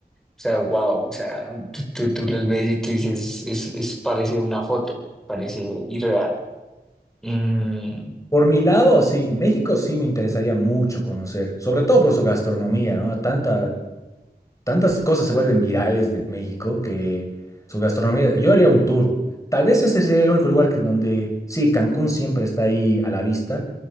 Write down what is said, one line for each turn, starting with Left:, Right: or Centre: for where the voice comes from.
Centre: o sea, wow, o sea, tú, tú- tú los ves y tú dices, es, es, parece una foto, parece irreal. Mm,
Left: Por mi lado, sí, México sí me interesaría mucho conocer, sobre todo por su gastronomía, ¿no? Tanta, tantas cosas se vuelven virales de México que su gastronomía, yo haría un tour. Tal vez ese sería el único lugar que donde, sí, Cancún siempre está ahí a la vista,